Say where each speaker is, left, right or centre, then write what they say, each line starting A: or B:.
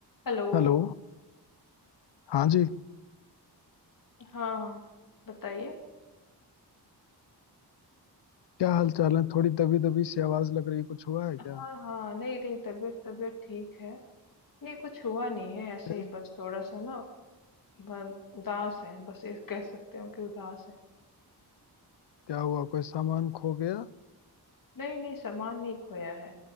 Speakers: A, on the left (about 55°); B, on the left (about 85°).
A: Hello.
B: Hello हाँ जी
A: हाँ, बताइए।
B: क्या हाल चाल है थोड़ी दबी दबी सी आवाज लग रही कुछ हुआ है क्या
A: हाँ, हाँ। नहीं, नहीं तबीयत तबीयत ठीक है। नहीं कुछ हुआ नहीं है ऐसे
B: फिर
A: ही बस थोड़ा-सा ना ब उदास हैं बस ये कह सकते हो कि उदास हैं।
B: क्या हुआ कोई सामान खो गया
A: नहीं, नहीं सामान नहीं खोया है।